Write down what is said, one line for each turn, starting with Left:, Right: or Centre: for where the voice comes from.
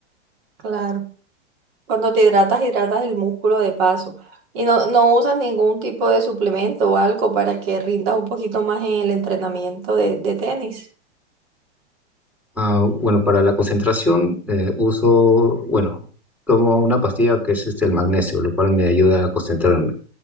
Right: claro. Cuando te hidratas, hidratas el músculo de paso. Y no, no usas ningún tipo de suplemento o algo para que rindas un poquito más en el entrenamiento de, de tenis.
Centre: Ah, bueno, para la concentración eh, uso, bueno, tomo una pastilla que es este, el magnesio, lo cual me ayuda a concentrarme.